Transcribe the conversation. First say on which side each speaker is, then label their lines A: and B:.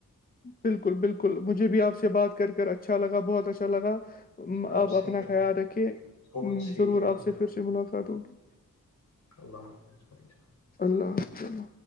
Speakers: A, on the left; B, on the left.
A: بالکل بالکل مجھے بھی آپ سے بات کر کر اچھا لگا بہت اچھا لگا
B: جی
A: آپ اپنا
B: سے مل
A: خیال رکے
B: کر بہت سیکھنے
A: ضرور آپ
B: کو ملا
A: سے پھر سے ملاقات ہوگی-
B: اللہ حافظ
A: اللہ اللہ-